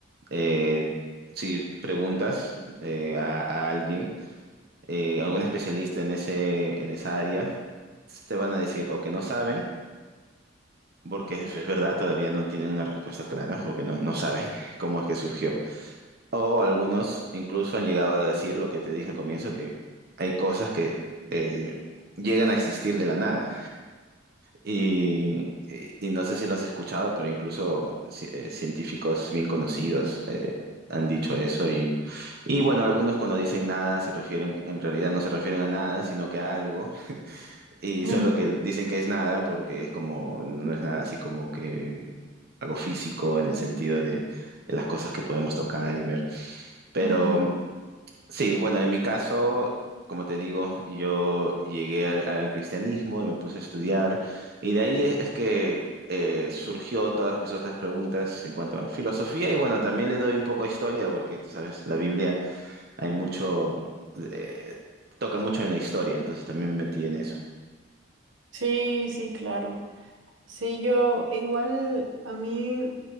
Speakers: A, on the right; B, on the right.
A: Eh, si preguntas eh, a, a alguien, eh, algún especialista en ese, en esa área, te van a decir o que no saben, porque es, es verdad, todavía no tienen una respuesta clara, porque no, no saben <laughs> cómo es que surgió. O algunos incluso han llegado a decir lo que te dije al comienzo, que hay cosas que eh, llegan a existir de la nada. Y, y- y no sé si lo has escuchado, pero incluso ci- eh, científicos bien conocidos eh, han dicho eso. Y, y bueno, algunos cuando dicen nada se refieren, en realidad no se refieren a nada, sino que a algo. Y
B: Mm,
A: solo que dicen que es nada porque es como, no es nada así como que algo físico en el sentido de, de las cosas que podemos tocar y ver. Pero
B: ujú.
A: sí, bueno, en mi caso, como te digo, yo llegué al, al cristianismo y me puse a estudiar. Y de ahí es, es que eh, surgió todas mis otras preguntas en cuanto a filosofía. Y bueno, también le doy un poco de historia porque, tú sabes, la Biblia hay mucho, eh, toca mucho en la historia, entonces también me metí en eso.
B: Sí, sí, claro. Sí, yo igual a mí